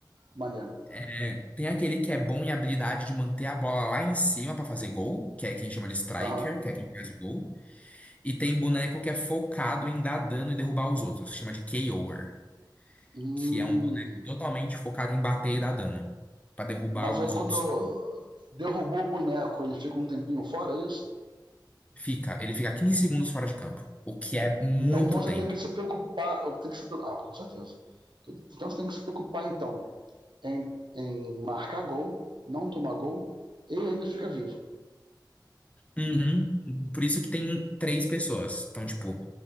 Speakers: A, on the right; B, on the left.
A: maneiro.
B: É, tem aquele que é bom em habilidade de manter a bola lá em cima pra fazer gol, que é quem chama de striker,
A: Aham.
B: que é quem faz gol. E tem boneco que é focado em dar dano e derrubar os outros. Chama de KOer.
A: Hum.
B: Que é um boneco totalmente focado em bater e dar dano. Pra derrubar
A: Mas
B: os
A: aí quando
B: outros.
A: derrubou o boneco, ele fica um tempinho fora, é isso?
B: Fica. Ele fica 15 segundos fora de campo. O que é muito
A: Então você
B: tempo.
A: tem que se preocupar. Tem que se, pre- ah, com certeza. Então você tem que se preocupar, então, em, em marcar gol, não tomar gol, e ainda fica vivo.
B: Uhum. Por isso que tem três pessoas. Então, tipo,